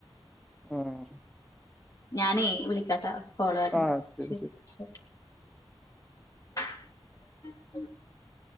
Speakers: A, in the centre; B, on the left (about 40°).
A: ഉം
B: ഞാനെ വിളിക്കാട്ടോ കോള് വര്ണ്
A: ആഹ്
B: ണ്ട്
A: ശരി
B: ശെരി
A: ശരി
B: ശെ <inaudible>